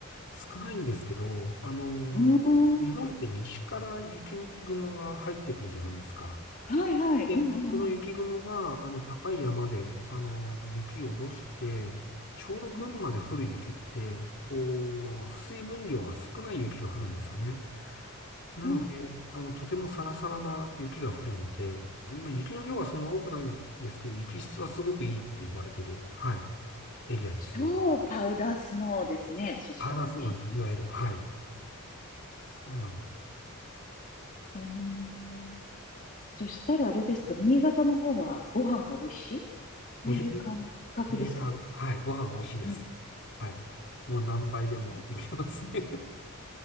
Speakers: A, on the left; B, on the left.
A: 少ないんですけど、あのー日本って西から雪雲が入ってくるじゃないですか。
B: うーん。はいはい。
A: で、
B: うんうんうん。
A: その雪雲が、あの、高い山で、あのー雪を下ろして、ちょうど群馬で降る雪って、
B: うん
A: こう、水分量が少ない雪が降るんですよね。なので、
B: あ、
A: あの、とてもサラサラな雪が降るので、まあ、雪の量はそんな多くないんですけど、雪質はすごくいいって言われてる、はい、エリアですね。
B: 超パウダースノーですね。そしたらね。
A: ああ、そうなんです。いわゆる、はい。そうなん
B: 本当に。そしたらあれですか、新潟の方はご飯が美味しい
A: です。
B: そういう感覚ですか
A: に新潟は、はい、ご飯美味しいです。
B: うん。
A: はい。もう何倍でもいけますね。
B: み
A: <laughs>